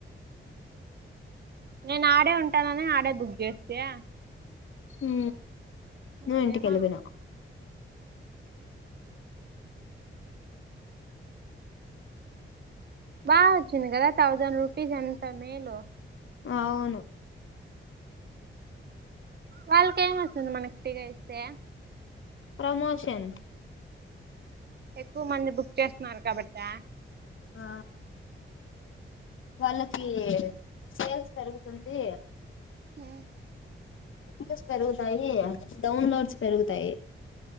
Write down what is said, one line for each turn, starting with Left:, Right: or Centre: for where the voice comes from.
Right: నేను ఆడే ఉంటాననే ఆడే దుగ చేస్తయ
Left: ఉ నేను
Right: అదేమా
Left: ఇంటికెళ్లిపిన
Right: బా వచ్చింది కదా థౌసండ్ రూపీస్ ఎంతా మేలు
Left: అవును
Right: వాళ్ళకి ఏం వస్తుంది మనకి పిగ ఇస్తే
Left: ప్రమోషన్
Right: ఎక్కువ మంది బుక్ చేస్తున్నారు కాబట్టా
Left: ఆ వాళ్ళకి సేల్స్ పెరుగుతుంది
Right: ఉమ్
Left: నస్ పెరుగుతాయి డౌన్లోడ్స్ పెరుగుతాయి